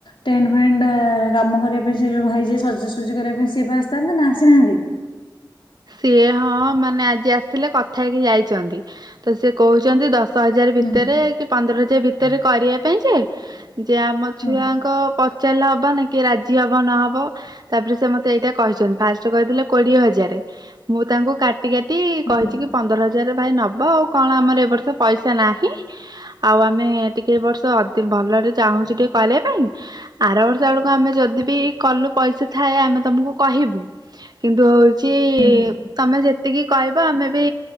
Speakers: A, on the left (about 80°); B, on the right (about 55°).
A: ଟେଣ୍ଟ୍ ଫେଣ୍ଟ୍ ଏ କାମ କରିବା ପାଇଁ ସେ ଯୋଉ ଭାଇ ଯିଏ ସଜାସୁଜି କରିବା ପାଇଁ ସିଏ ଵା ଆସିଥାନ୍ତେ ନା ଆସିନାହାନ୍ତି?
B: ସିଏ ହଁ ମାନେ ଆଜି ଆସିଥିଲେ କଥା ହେଇକି ଯାଇଛନ୍ତି ତ ସେ କହୁଛନ୍ତି ଦଶ ହଜାର
A: ହୁଁ
B: ଭିତରେ କି ପନ୍ଦର ହଜାର ଭିତରେ କରିବା ପାଇଁ ଯେ। ଯେ ଆମ
A: ହଁ
B: ଛୁଆଙ୍କ ପଚାରିଲା ହେବ ନେ କି ରାଜି ହେବ ନହେବ। ତାପରେ ସେ ମୋତେ ଏଇଟା କହିଛନ୍ତି। ଫାଷ୍ଟରେ କହିଥିଲେ କୋଡ଼ିଏ ହଜାରେ । ମୁଁ ତାଙ୍କୁ କାଟି ଟି କାଟି କହିଛି
A: ହଁ
B: କି ପନ୍ଦର ହଜା ପୂଜାରେ ଭାଇ ନବ ଆଉ କଣ ଆମର ଏ ବର୍ଷ ପଇସା ନାହିଁ ଆଉ ଆମେ ଟିକେ ଏ ବର୍ଷ ଅ ଅତି ଭଲରେ ଚାହୁଁ ଟିକେ କଲିଆ ପାଇଁ ଆର ବର୍ଷ ବେଳକୁ ଆମେ ଯଦି ବି କଲୁ ପଇସା ଥାଏ ଆମେ ତମକୁ କହିବୁ କିନ୍ତୁ କି
A: ହୁଁ ହୁଁ।
B: ତମେ ଯେତିକି କହିବ ଆମେ ବି